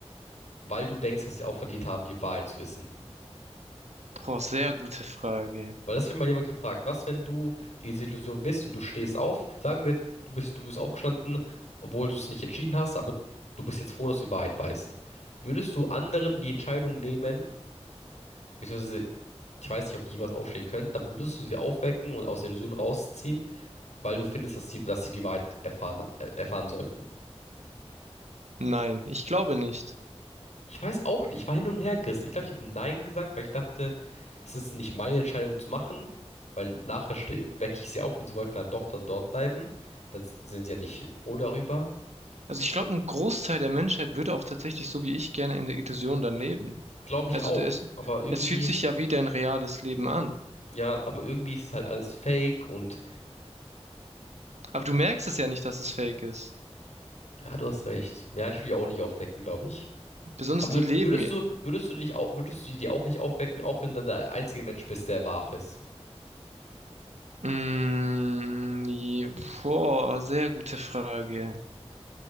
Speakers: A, on the left; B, on the right.
A: weil du denkst, dass sie auch verdient haben, die Wahrheit zu wissen?
B: Boah, sehr gute Frage.
A: Weil das hat mich mal jemand gefragt, was, wenn du in dieser Illusion bist und du stehst auf, sagen wir, du bist, du bist aufgestanden, obwohl du es nicht entschieden hast, aber du bist jetzt froh, dass du die Wahrheit weißt. Würdest du anderen die Entscheidung nehmen, beziehungsweise, ich weiß nicht, ob die jemals aufstehen könnten, aber würdest du sie aufwecken und aus der Illusion rausziehen, weil du findest, dass sie, dass sie die Wahrheit erfahren, äh, erfahren sollten?
B: Nein, ich glaube nicht.
A: Ich weiß auch nicht, ich war hin und her gerissen. Ich glaube, ich habe Nein gesagt, weil ich dachte, es ist nicht meine Entscheidung zu machen, weil nachher ste- wecke ich sie auf und sie wollten halt doch dann dort bleiben. Da s- sind sie ja nicht froh darüber.
B: Also ich glaube, ein Großteil der Menschheit würde auch tatsächlich so wie ich gerne in der Illusion dann leben.
A: Glaube ich
B: Also
A: auch,
B: es,
A: aber irgendwie,
B: es fühlt sich ja wie dein reales Leben an.
A: ja, aber irgendwie ist es halt alles fake und
B: Aber du merkst es ja nicht, dass es fake ist.
A: ja, du hast recht. Ja, ich will die auch nicht aufwecken, glaube ich.
B: Besonders
A: Aber
B: die leben.
A: würdest du, würdest du dich auch, würdest du die auch nicht aufwecken, auch wenn du dann der einzige Mensch bist, der wach ist?
B: Mm, je- boah, sehr gute Frage.